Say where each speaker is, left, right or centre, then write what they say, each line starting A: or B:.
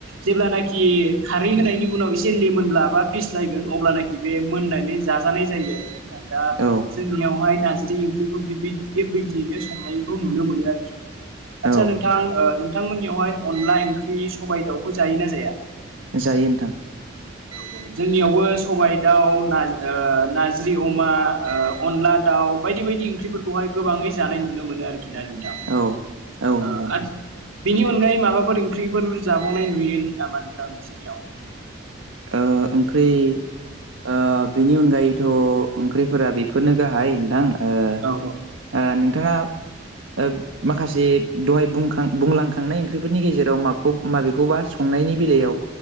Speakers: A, on the right; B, on the right.
A: जेब्लानखि खारै होनाय नि उनाव इसे लिमोनब्ला बा फिस्लायगोन अब्लानाखि बे मोननानै जाजानाय जायो आरो नोंथां दा
B: औ
A: जोंनियाव हाय नारजि ओंख्रिखौ दिबबि दिबबि बेबायदियैनो संनायखौ नुनो मोनो आरोखि नोंथां आदसा
B: औ
A: नोंथां ओ नोंथांमोननियावहाय अनला ओंख्रि सबाइ दाउखौ जायोना जाया
B: जायो नोंथां
A: औ औ जोंनियावबो सबाइ दाउ ना ओ नाज्रि अमा ओ अनला दाउ आव बायदि बायदि ओंख्रिफोरखौहाय गोबाङै जानाय नुनो मोनो आरोखि खि ना नोंथां ओ
B: औ औ नंगौ नोंथां
A: आथ बेनि अनगायै माबाफोर ओं ख्रिफोर जाबावनाय नुयो नामा नोंथां नोंसिनियाव
B: ओ ओंख्रि ओ बेनि अनगायैथ' ओंख्रिफोरा बेफोरनो गाहाय नोंथां ओ
A: औ
B: ओ नोंथाङा ओ माखासे दहाय बुंखां बुंलांखांनाय ओंख्रिफोरनि गेजेराव माखौ माबेखौबा संनायनि बेलायाव